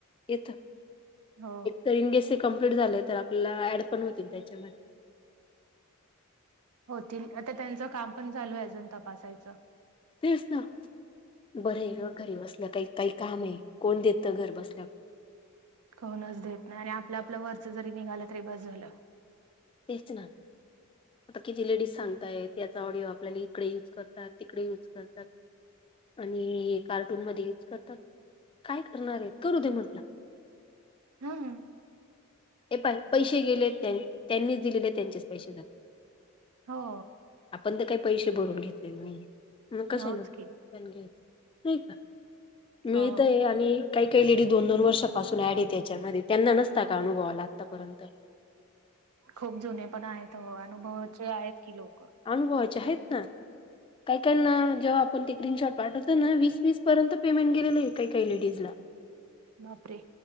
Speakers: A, on the left; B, on the right.
A: येत.
B: हो
A: तर इनगेस कम्प्लीट झालेय तर आपल्याला ऍड पण होतील त्याच्यामध्ये.
B: होतील आता त्यांचं काम पण चालू आहे अजून तपासायचं.
A: तेच ना बरं आहे घरी बसल्या काही काही काम आहे कोण देत घर बसल्या.
B: कोनच देत नाही आणि आपलं आपलं वरच जरी निघालं तरी बस झालं.
A: तेच ना. आता किती लेडीज सांगतायत याचा ऑडिओ आपल्याला इकडे युज करतात तिकडे युज करतात. आणि कार्टून मध्ये यूज करतात, काय करणार आहेत करू दे म्हटलं.
B: हा.
A: हे प पैसे गेले त्यां त्यांनीच दिलेले त्यांचेच पैसे जाते.
B: हो.
A: आपण तर काही पैसे भरून घेतलेले नाही मग कशाला
B: होच
A: ना.
B: की
A: पण घ्यायचं नाही का मिळतय
B: हो
A: आणि काहीकाही लेडी दोन दोन वर्षापासून ऍड आहे त्याच्यामध्ये त्यांना नसता का अनुभवा आला आत्तापर्यंत.
B: खूप जुने पण आहेत हो अनुभवाचे आहेत की लोक.
A: अनुभुवाचे आहेत ना. काही काय ना जेव्हा आपण ते ग्रीनशॉट पाठवतो ना वीस वीस पर्यंत पेमेंट गेलेलं आहे काहीकाही लेडीज ला.
B: बापरे.